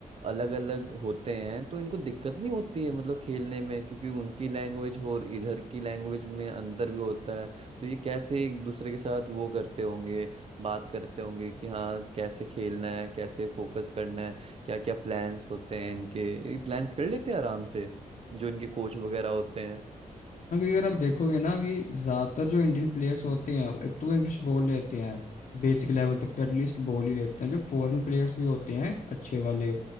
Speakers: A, on the right; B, on the left.
A: अलग अलग होते हैं तो इनको दिक्कत नहीं होती है मतलब खेलने में क्योंकि उनकी लैंग्वेज और इधर की लैंग्वेज में अंतर भी होता है तो ये कैसे एक दूसरे के साथ वो करते होंगे बात करते होंगे कि हाँ कैसे खेलना है कैसे फोकस करना है क्या क्या प्लान्स होते हैं इनके ये प्लान्स कर लेते हैं आराम से जो इनके कोच वगैरह होते हैं
B: हाँ क्योंकि अगर आप देखोगे ना कि ज़्यादातर जो इंडियन प्लेयर्स होते हैं एक तो वो इंग्लिश बोल लेते हैं बेसिक लेवल तक तो एटलीस्ट बोल ही लेते हैं जो फॉरेन प्लेयर्स भी होते हैं अच्छे वाले